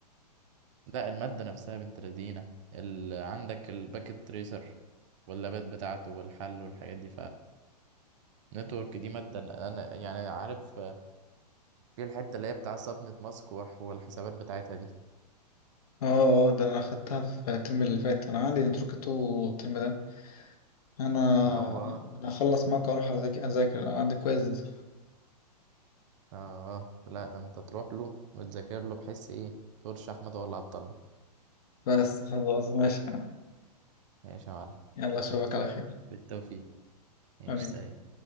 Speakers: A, on the right; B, on the left.
A: لا المادة نفسها بنت لذينة ال... عندك الباكت تريسر واللابات بتاعته والحل والحاجات دي فنتورك دي مادة أنا أنا يعني عارف آه، في الحتة اللي هي بتاع صبنة مسكوح والحسابات بتاعتها دي
B: اه اه ده انا اخدتها في الترم اللي فات انا عندي نتركة تو الترم ده انا
A: إن هو آه
B: انا اخلص معاك اروح اذاكر اذاكر انا عندي كويز
A: آه لا ده أنت تروح له وتذاكر له بحيث إيه تقولش أحمد هو اللي عطلني
B: بس خلاص ماشي
A: ماشي يا معلم
B: يلا اشوفك على خير
A: بالتوفيق ماشي
B: حبيبي
A: سلام